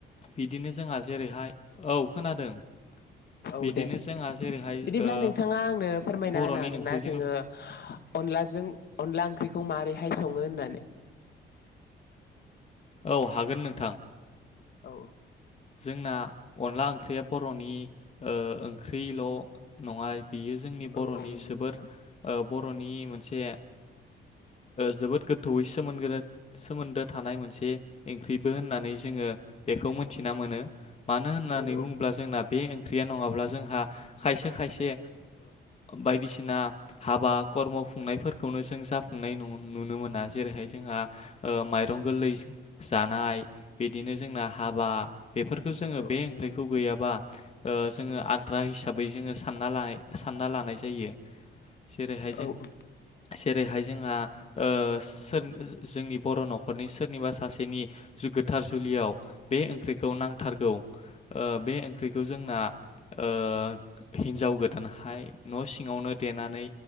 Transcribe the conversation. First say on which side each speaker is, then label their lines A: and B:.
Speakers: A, on the left; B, on the left.
A: बिदिनो जोंहा जेरैहाय औ खोनादों बिदिनो
B: औ दे
A: जोंहा जेरैहाय
B: बिदिब्ला
A: ओ
B: नोंथाङा आंनो फोरमायना
A: बर'नि
B: होनो हागोन
A: ओंख्रिजों
B: ना जोङो अनलाजों अनला ओंख्रिखौ माबारैहाय सङो होननानै
A: औ हागोन नोंथां।
B: औ
A: जोंना अनला ओंख्रिया बर'नि ओ ओंख्रिल' नङा बियो जोंनि
B: औ
A: बर'नि
B: औ नंगौ
A: जोबोर
B: नोंथां
A: बर'नि मोनसे जोबोद गोथौयै सोमोनगो सोमोन्दो थानाय मोनसे ओंख्रिबो होननानै जोङो बेखौ मोन थिना मोनो। मानो होननानै
B: औ
A: बुङोब्ला
B: औ
A: जोंना बे ओंख्रिया नङाब्ला जोंहा खायसे खायसे बायदिसिना हाबा खर्म खुंनायफोरखौनो जों जाफुंनाय नुनो मोना। जेरैहाय जोंहा माइरं गोरलै जानाय, बिदिनो जोंना हाबा बेफोरखौ जोङो
B: औ
A: बे
B: औ
A: ओंख्रिखौ
B: नंगौ नोंथां
A: गैयाबा ओ जोङो आद्रा हिसाबै जोङो सानना लायो। सानना लानाय जायो जेरैहाय जों
B: औ औ
A: जेरैहाय जोंहा ओ सोर जोंनि बर' न'खरनि सोरनिबा सासेनि गोथार जुलियाव बे ओंख्रि खौ नांथारगौ ओ बे ओंख्रिखौ जोंना ओ हिन्जाव गोदानहाय न' सिङावनो देनानै